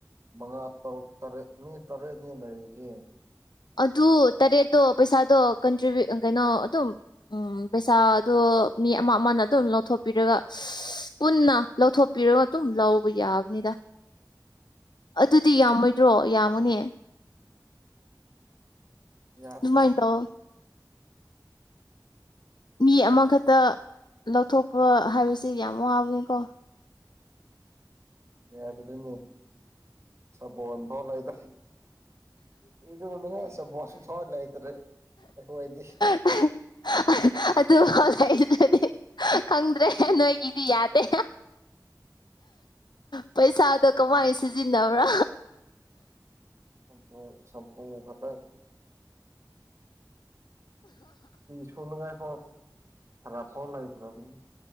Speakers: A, on the right; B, on the left.
A: ꯃꯉꯥ ꯇꯔꯨꯛ ꯇꯔꯦꯠ ꯃꯤ ꯇꯔꯦꯠꯅꯤ ꯂꯩꯒꯦ
B: ꯑꯗꯨ ꯇꯔꯦꯠꯇꯣ ꯄꯩꯁꯥꯗꯣ ꯀꯟꯇ꯭ꯔꯤꯕꯨ ꯀꯩꯅꯣ ꯑꯗꯨꯝ ꯎꯝ ꯄꯩꯁꯥꯗꯣ ꯃꯤ ꯑꯃ ꯑꯃꯅ ꯑꯗꯨꯝ ꯂꯧꯊꯣꯛꯄꯤꯔꯒ ꯄꯨꯟꯅ ꯂꯧꯊꯣꯛ ꯄꯤꯔꯒ ꯑꯗꯨꯝ ꯂꯧꯕ ꯌꯥꯕꯅꯤꯗ ꯑꯗꯨꯗꯤ ꯌꯥꯝꯃꯣꯏꯗ꯭ꯔꯣ ꯌꯥꯝꯃꯨꯅꯦ
A: ꯌꯥꯝꯗꯦ
B: ꯑꯗꯨꯃꯥꯏ ꯇꯧ ꯃꯤ ꯑꯃꯈꯛꯇ ꯂꯧꯊꯣꯛꯄ ꯍꯥꯏꯕꯁꯤ ꯌꯥꯝ ꯋꯥꯕꯅꯤꯀꯣ
A: ꯌꯥ ꯑꯗꯨꯗꯤꯅꯤ ꯆꯕꯣꯟꯕ ꯂꯩꯗꯥ ꯏꯔꯨ ꯅꯤꯡ ꯉꯥꯏ ꯁꯥꯄꫭꯜ ꯐꯥꯎꯂꯩ ꯇꯔꯦ ꯏꯈꫭꯏꯗꯤ
B: <unintelligible> ꯑꯗꯨ ꯍꯂꯛꯗꯨꯗꯤ ꯈꯪꯗ꯭ꯔꯦ ꯅꯣꯏꯒꯤꯗꯤ ꯌꯥꯗꯦ ꯄꯩꯁꯥꯗꯣ
A: ꯁꯝꯄꯨ
B: ꯀꯃꯥꯏꯅ ꯁꯤꯖꯤꯟꯅꯕ꯭ꯔꯥ
A: ꯁꯄꯨ ꯁꯝꯄꯨ ꯐꯠꯇ ꯁꯨꯅꯤꯉꯥꯏ ꯁꯔꯞ ꯐꯥꯎ ꯂꯧꯇꯔꯕꯅꯤꯅ